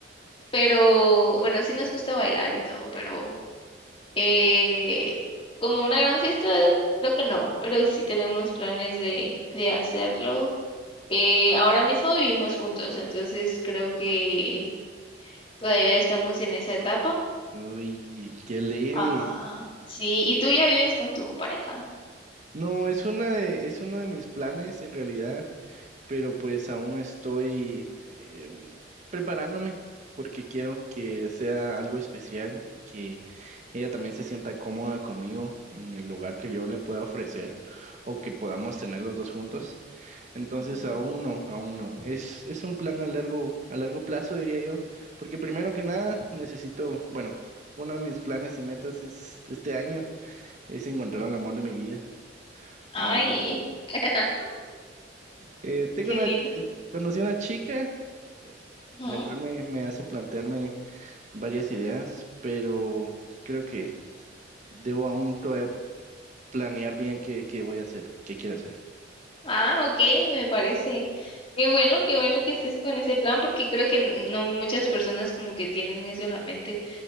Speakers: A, on the left; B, on the right.
A: pero bueno, sí nos gusta bailar y todo, pero eh, como una gran fiesta creo que no, pero sí tenemos planes de, de hacerlo. Eh, ahora mismo vivimos juntos, entonces creo que todavía estamos en esa etapa.
B: Uy, qué alegre.
A: Ajá. Sí, y tú ya vives con tu pareja.
B: No, es una de, es uno de mis planes en realidad. pero pues aún estoy em, preparándome porque quiero que sea algo especial y que ella también se sienta cómoda conmigo en el lugar que yo le pueda ofrecer o que podamos tener los dos juntos. Entonces
A: Ujú.
B: aún no, aún no. Es, es un plan a largo, a largo plazo, diría yo, porque primero que nada necesito, bueno, uno de mis planes y metas es, este año es encontrar el amor de mi vida.
A: Ay,
B: Aún,
A: <laughs>
B: eh, tengo
A: qué
B: una,
A: lindo.
B: eh, conocí a una chica
A: Ujú.
B: la cual me, me hace plantearme varias ideas, pero creo que debo aún todavía planear bien qué, qué voy a hacer, qué quiero hacer.
A: Ah, ok, me parece. Qué bueno, qué bueno que estés con ese plan, porque creo que n- no muchas personas como que tienen eso en la mente,